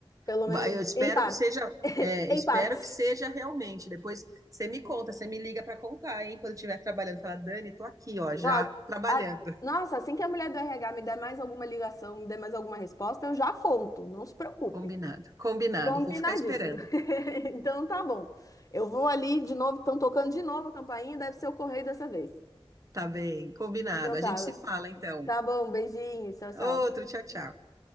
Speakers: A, on the left; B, on the right.
A: Pelo
B: Vai,
A: menos
B: Eu espero
A: em parte.
B: que seja,
A: <laughs>
B: é,
A: Em
B: espero
A: partes.
B: que seja realmente. Depois você me conta, você me liga para contar, hein? Quando estiver trabalhando, fala, Dani, tô aqui, ó, já
A: Nó-
B: trabalhando.
A: a-
B: <laughs>
A: Nossa, assim que a mulher do RH me der mais alguma ligação, me der mais alguma resposta, eu já conto. Não se preocupe.
B: Combinado, combinado.
A: Combinadíssimo.
B: Vou ficar esperando.
A: <laughs> Então tá bom. Eu vou ali de novo, estão tocando de novo a campainha, deve ser o correio dessa vez.
B: Tá bem, combinado.
A: Então
B: A
A: tá,
B: gente se fala então.
A: tá bom, beijinho, tchau, tchau.
B: Outro, tchau, tchau.